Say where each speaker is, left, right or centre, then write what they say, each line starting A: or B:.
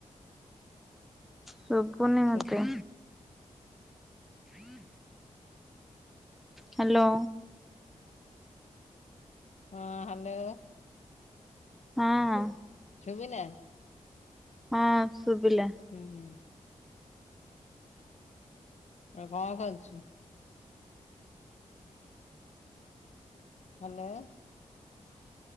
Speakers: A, in the centre; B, on the left.
A: ସୁବୁନି
B: ଶୁ
A: ମତେ। ହୁଁ <unintelligible> ହ୍ୟାଲୋ
B: ହଁ ହଲୋ
A: ହଁ
B: ସୁଵିଲା?
A: ହଁ ଶୁଭିଲା
B: ହୁଁ ହୁଁ। ଆ କଣ କରୁଚୁ? ହ୍ୟାଲୋ।